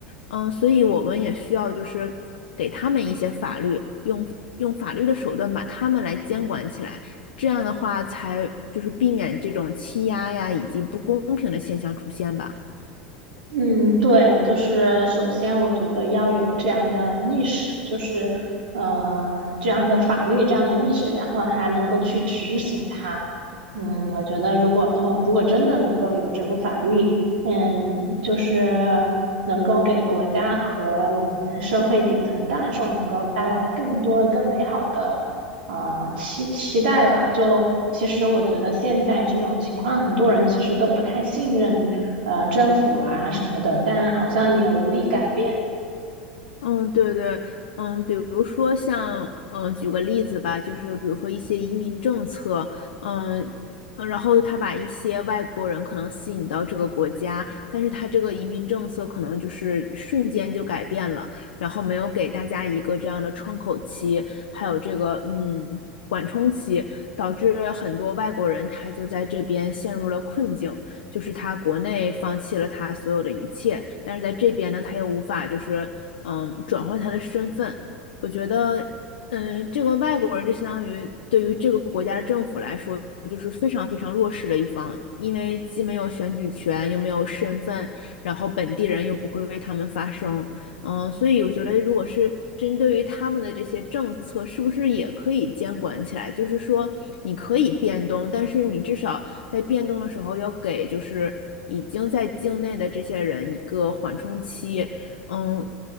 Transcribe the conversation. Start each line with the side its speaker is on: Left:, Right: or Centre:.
Left: 嗯，所以我们也需要就是给他们一些法律，用用法律的手段把他们来监管起来，这样的话才就是避免这种欺压呀以及不公平的现象出现吧。
Right: 嗯，对，就是首先我觉得要有这样的意识，就是呃这样的法律这样的意识，然后还能够去执行它。嗯，我觉得如果通，如果真的能够有这部法律，嗯，就是能够给国家和我们社会底层大众能够带来更多更美好的呃期期待吧。就其实我觉得现在这种情况，很多人其实都不太信任。呃政府啊什么的，但好像也无力改变。
Left: 嗯，对对，嗯，比如说像，嗯，举个例子吧，就是比如说一些移民政策，嗯，呃然后他把一些外国人可能吸引到这个国家，但是他这个移民政策可能就是瞬间就改变了，然后没有给大家一个这样的窗口期，还有这个嗯缓冲期，导致很多外国人他就在这边陷入了困境，就是他国内放弃了他所有的一切，但是在这边呢，他又无法就是嗯转换他的身份。我觉得，嗯，这个外国人就相当于对于这个国家的政府来说，就是非常非常弱势的一方，因为既没有选举权，又没有身份，然后本地人又不会为他们发声，嗯，所以我觉得如果是针对于他们的这些政策，是不是也可以监管起来？就是说你可以变动，但是你至少在变动的时候要给就是已经在境内的这些人一个缓冲期，嗯，